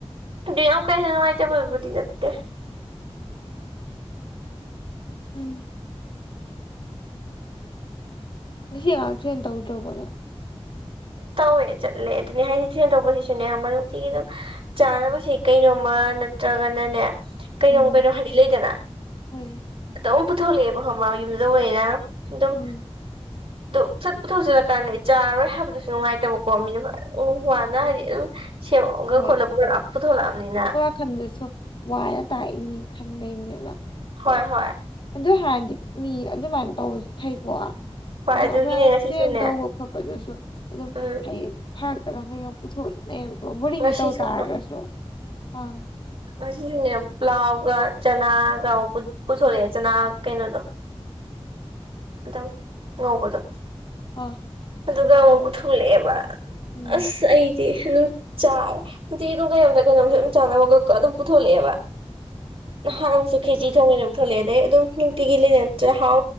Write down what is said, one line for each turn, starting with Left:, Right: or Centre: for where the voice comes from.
Right: ꯑꯗꯨ ꯌꯥꯝ ꯀꯥ ꯍꯦꯟꯅ ꯅꯨꯡꯉꯥꯏꯇꯥꯕꯕꯨꯗꯤ ꯅꯠꯇꯦ꯫
Left: ꯎꯝ꫰꫰ ꯉꯁꯤ ꯉꯥꯔꯡ ꯇꯨꯏꯁꯟ ꯇꯧꯗꯔꯕꯣ ꯅꯪ꯫
Right: ꯇꯧꯋꯦ ꯆꯠꯂꯦ ꯑꯗꯨꯅꯦ ꯍꯥꯏꯁꯤ ꯇꯨꯁꯟ ꯇꯧꯕꯩꯁꯤꯁꯨꯅꯦ ꯃꯔꯨꯞꯇꯤꯒꯤ ꯑꯗꯨꯝ ꯆꯥꯅꯕꯁꯤ ꯀꯩꯅꯣꯝꯃ ꯅꯠꯇ꯭ꯔꯒꯅꯅꯦ꯫ ꯀꯩꯅꯣꯝ
Left: ꯎꯝ
Right: ꯀꯩꯅꯣ ꯍꯥꯏꯗꯤ ꯂꯩꯗꯅ
Left: ꯍꯣꯏ
Right: ꯑꯗꯨꯝ ꯄꯨꯊꯣꯛꯂꯛꯑꯦꯕ ꯈꯪꯕꯔ ꯌꯨꯝꯗ ꯇꯧꯕꯅꯤꯅ ꯑꯗꯨꯝ
Left: ꯎꯝ
Right: ꯑꯗꯨ ꯁꯠ ꯄꯨꯊꯣꯛ ꯆꯤꯜꯂꯛꯀꯥꯟꯗꯤ ꯆꯥꯔꯣꯏ ꯍꯥꯏꯕꯗꯨꯁꯨ ꯅꯨꯡꯉꯥꯏꯇꯕꯀꯣ ꯃꯤꯅ ꯎꯝ ꯋꯥꯅ ꯍꯥꯏꯗꯤ ꯑꯗꯨꯝ ꯁꯦꯝꯃꯒ
Left: ꯍꯣꯏ
Right: ꯈꯣꯠꯂ ꯄꯨꯊꯣꯛꯂꯛ ꯑꯝꯅꯤꯅ꯫
Left: <unintelligible> ꯋꯥꯅ ꯇꯥꯛꯏꯅꯤ ꯈꯟꯕꯩꯅꯦꯕ꯫
Right: ꯍꯣꯏ ꯍꯣꯏ꫰꫰
Left: ꯑꯗꯨ ꯍꯥꯏꯔꯨꯔꯗꯤ ꯃꯤ ꯑꯗꯨꯃꯥꯏꯅ ꯇꯧꯕꯁꯤ ꯐꯩꯀꯣ꯫
Right: ꯍꯣꯏ
Left: ꯑꯗꯨ
Right: ꯑꯗꯨꯒꯤꯅꯦ
Left: ꯑꯩꯈꯣꯏ
Right: ꯉꯁꯤꯁꯨꯅꯦ
Left: ꯇ꯭ꯔꯦꯟ ꯇꯧꯕ ꯈꯣꯠꯄꯗꯨꯁꯨ ꯑꯗꯨꯝ
Right: ꯎꯝ
Left: ꯐꯔꯛꯇꯒ ꯀꯩꯒ ꯄꯨꯊꯣꯛꯅꯩꯕꯀꯣ ꯕꯣꯔꯤꯡꯗ
Right: ꯉꯁꯤꯁꯨ
Left: ꯇꯧ ꯇꯥꯔꯒꯁꯨ ꯑꯪ꯫
Right: ꯑꯁꯤꯁꯨꯅꯦ ꯄ꯭ꯂꯥꯎꯒ ꯆꯅꯥꯒ ꯑꯃꯨꯛ ꯄꯨꯊꯣꯔꯛꯑꯦ ꯆꯅꯥ ꯀꯩꯅꯣꯗꯣ꯫ ꯑꯗꯨꯝ ꯉꯧꯕꯗꯨ꯫
Left: ꯑꯥ꯫
Right: ꯑꯗꯨꯒ ꯑꯃꯨꯛ ꯄꯨꯊꯂꯛꯑꯦꯕ
Left: ꯎꯝ
Right: ꯑꯁ ꯑꯩ ꯇꯤꯁꯨꯅꯨꯞ ꯆꯥꯔꯦ ꯅꯨꯡꯇꯤ ꯑꯗꯨꯝ ꯀꯩꯅꯣꯝꯇ ꯀꯩꯅꯣꯝ ꯑꯗꯨꯝ ꯆꯥꯅꯕ ꯑꯗꯨꯝ ꯄꯨꯊꯂꯛꯑꯦꯕ꯫
Left: <unintelligible>
Right: ꯅꯍꯥꯟ ꯑꯃꯨꯛꯁꯨ ꯈꯦꯆꯤ ꯊꯣꯡꯉꯦꯅ ꯄꯨꯊꯣꯛꯂꯛꯑꯦ ꯑꯗꯩ ꯑꯗꯨꯝ ꯅꯨꯡꯇꯤꯒꯤ ꯂꯩ ꯅꯠꯇ꯭ꯔꯒ ꯍꯥꯎ